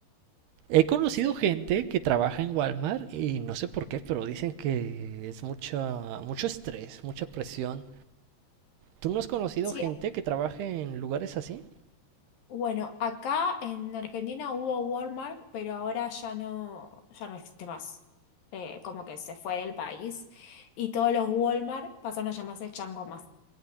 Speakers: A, on the right (about 75°); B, on the left (about 60°).
A: He conocido
B: Sí.
A: gente que trabaja en Walmart y no sé por qué, pero dicen que es mucha, mucho estrés, mucha presión. ¿Tú no has conocido
B: Sí,
A: gente que trabaje en lugares así?
B: bueno, acá en Argentina hubo Walmart, pero ahora ya no, ya no existe más. Eh, como que se fue del país y todos los Walmart pasaron a llamarse Chango Más.